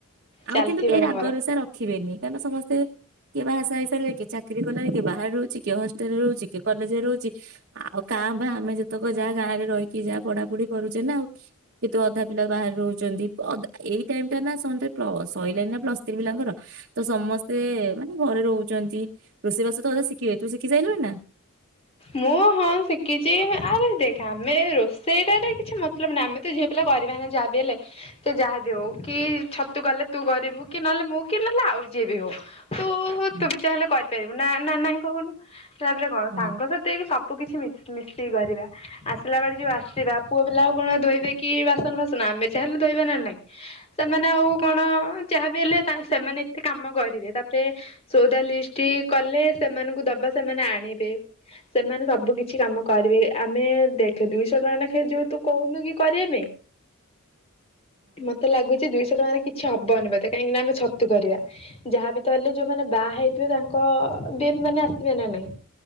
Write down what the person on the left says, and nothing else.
ଚାଲିଥିବ
ତାଙ୍କର।
ମୁଁ ହଁ ଶିଖିଛି ଆରେ ଦେଖ ଆମେ ରୋଷେଇଟାରେ କିଛି ମତଲବ ନାହିଁ ଆମେ ତ ଝିଅ ପିଲା କରିବା ହେଲେ ନା ଯାହାବି ହେଲେ ସେ ଯାହାବି ହଉ କି ଛତୁ କଲେ ତୁ କରିବୁ କି ନହେଲେ ମୁଁ କି ନହେଲେ ଆଉ ଯିଏ ବି ହଉ। ତୁ
ତୁ ବି ଚାହିଁଲେ କରିପାରିବୁ। ନା ନ ନାଁ କହୁନୁ। ହିସାବରେ କଣ
ସାଙ୍ଗ ସ। ସବୁ କିଛି ମିସ୍ ମିଶିକି କରିବା ଆସିଲା ବେଳେ ଯୋଉ ଆସିବା ପୁଅ ପିଲା ଆଉ କଣ ଧୋଇବେ କି ବାସନ ଫାସନ ଆମେ ଯାହା ହେଲେ ଧୋଇବା ନା ନହିଁ ସେମାନେ ଆଉ କଣ ଯାହାବି ହେଲେ ସେମାନେ ଏତେ କାମ କରିବେ ତାପରେ ସଉଦା ଲିଷ୍ଟ କଲେ ସେମାନଙ୍କୁ ଦବା ସେମାନେ ଆଣିବେ। ସେମାନେ ସବୁ କିଛି କାମ କରିବେ ଆମେ ଦେଖେ ଦୁଇଶହ ଟଙ୍କା ଲେଖାଏ ଯୋଉ ତୁ କହୁନୁ କି କରିବା ପାଇଁ। ମତେ ଲାଗୁଛି ଦୁଇ। ଦୁଇ ଶହ ଟଙ୍କା ରେ କିଛି ହବନି ବୋଧେ କାହିଁକି ନା ଆମେ ଛତୁ କରିବା ଯାହାବିତ ହେଲେ ଯୋଉମାନେ ବାହା ହେଇଥିବେ ତାଙ୍କ ବେନ ମାନେ ଆସିଥିବେ ନା ନାଇଁ।